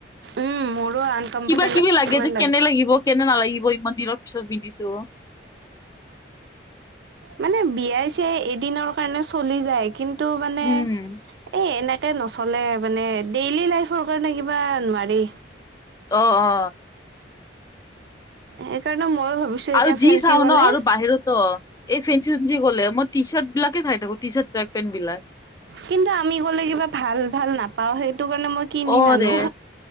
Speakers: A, on the right; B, on the left.
A: উম মোৰো আনকমফৰ্টেবল
B: কিবা কিবি লাগে যে কেনে লাগিব, কেনে নালাগিব ইমান দিনত পিছত পিন্ধিছো।
A: মানে বিয়াই-চিয়াই এদিনৰ কাৰণে চলি যায় কিন্তু মানে
B: উম
A: এ এনেকে নচলে মানে ডেইলি লাইফৰ কাৰণে কিবা নোৱাৰি।
B: অ অ।
A: সেইকাৰণে ময়ো ভাবিছো এতিয়া
B: আৰু যি
A: ফেঞ্চি
B: চাউন
A: গ'লে
B: ন আৰু বাহিৰতো এই ফেঞ্চি-চেঞ্চি গ'লে মই টিচাৰ্ট বিলাকেই চাই থাকো টি চাৰ্ট পেন্ট বিলাক।
A: কিন্তু আমি গ'লে কিবা ভাল ভাল নাপাওঁ, সেইটো কাৰণে মই কিনি
B: অ
A: নানো।
B: ৰে